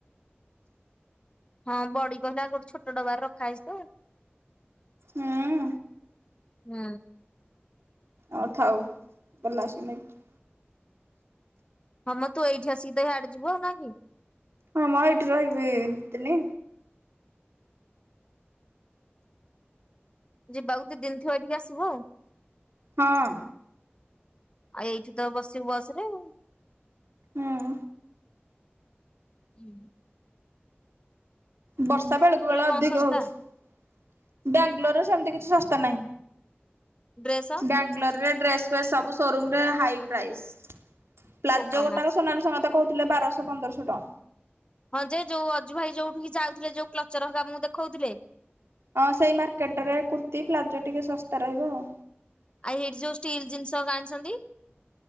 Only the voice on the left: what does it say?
ହଁ ବଡି କହିଲା ଗୋଟେ ଛୋଟ ଡବାରେ ରଖା ହେଇଛି ତ।
ହୁଁ।
ହଁମ ତୁ ଏଇଠି ଆସି ତ ଇଆଡେ ଯିବୁ ଆଉ ନା କି?
ଯିବାକୁ ଦି ଦିନ ଥିବ ଏଠିକି ଆସିବୁ ଆଉ।
ଆଉ ଏଇଠି ତ ବସିବୁ ବସ ରେ ଆଉ।
ହୁଁ
କଣ
ଶସ୍ତା
ଡ୍ରେସ
ବୋପା
ମା
ହଁ ଯେ ଯୋଉ ଅଜୁ ଭାଇ ଯୋଉଠିକି ଯାଉଥିଲେ ଯୋଉ କ୍ଲଚର ହକା ଆମକୁ ଦେଖଉଥିଲେ।
ଆଉ ଏଇଠି ଯୋଉ ଷ୍ଟିଲ୍ ଜିନିଷ ହକା ଆଣିଛନ୍ତି?